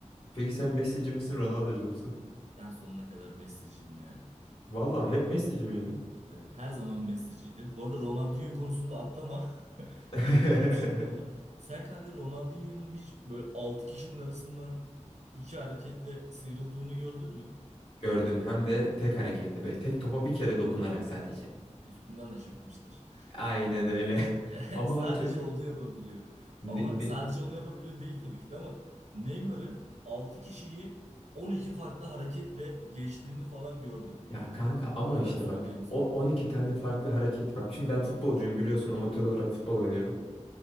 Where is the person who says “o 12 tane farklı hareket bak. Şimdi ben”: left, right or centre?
Left